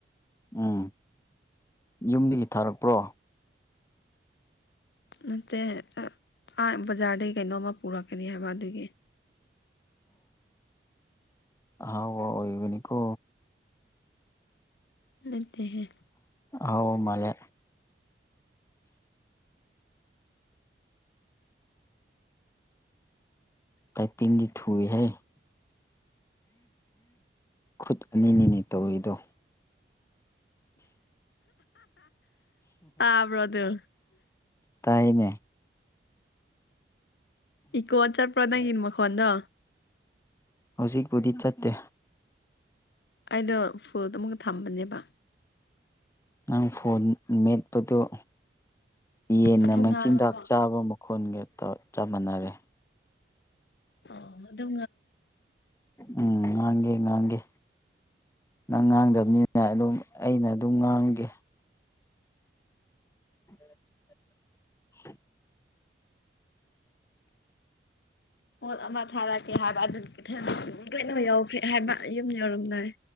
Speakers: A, on the left (about 15°); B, on the left (about 70°).
A: ꯎꯝ ꯌꯨꯝꯗꯒꯤ ꯊꯥꯔꯛꯄ꯭ꯔꯣ
B: ꯅꯠꯇꯦ ꯑꯥ ꯕꯖꯥꯔꯗꯒꯤ ꯀꯩꯅꯣꯝꯃ ꯄꯨꯔꯛꯀꯅꯤ ꯍꯥꯏꯕ ꯑꯗꯨꯒꯤ
A: ꯑꯣ ꯍꯥꯎ ꯏꯕꯅꯤꯀꯣ
B: ꯂꯩꯦꯍꯦ
A: ꯑꯥꯎ ꯃꯂꯦ ꯀꯥꯏ ꯄꯤꯡꯖꯠ ꯍꯨꯏ ꯍ ꯈꯨꯨꯠ ꯑꯅꯤ ꯅꯤꯅꯤ ꯇꯧꯏꯗꯣ
B: ꯇꯥꯕ꯭ꯔꯣ ꯑꯗꯨ
A: ꯇꯥꯏꯅꯦ
B: ꯏꯀꯣ ꯑꯆꯥ ꯄ꯭ꯔꯗꯪꯅ ꯃꯈ ꯈꯣꯟꯗ
A: ꯍꯧꯖꯤꯛꯄꯨꯗꯤ ꯆꯠꯇꯦ
B: ꯑꯩꯗꯣ ꯐꯨꯜꯗꯨ ꯑꯃꯨꯀ ꯊꯝꯕꯅꯦꯕ
A: ꯅꯪ ꯐꯣꯟ ꯃꯦꯠꯄꯗꯨꯣ ꯌꯦꯟꯅ
B: ꯑꯗꯨꯝ
A: ꯃꯆꯤꯟꯖꯥꯛ
B: ꯉꯥꯡꯉꯣꯀꯣ
A: ꯆꯥꯕꯨ ꯈꯨꯟꯒꯛꯇ ꯆꯞ ꯃꯥꯟꯅꯔꯦ
B: ꯑ ꯑꯗꯨ
A: ꯎꯝ ꯉꯥꯡꯒꯦ ꯉꯥꯡꯒꯦ ꯅꯪ ꯉꯥꯡꯗꯕꯅꯤꯅ ꯑꯗꯨꯝ ꯑꯩꯅ ꯑꯗꯨꯝ ꯉꯥꯡꯒꯦ <unintelligible> <inaudible>
B: ꯄꯣꯠ ꯑꯃ ꯊꯥꯔꯛꯀꯦ ꯍꯥꯏꯕ ꯑꯗꯨꯊꯪ ꯂꯣꯏꯅꯃꯛ ꯌꯥꯎꯈ꯭ꯔꯦ ꯍꯥꯏꯕ ꯌꯨꯝ ꯌꯧꯔꯝꯗꯔꯦ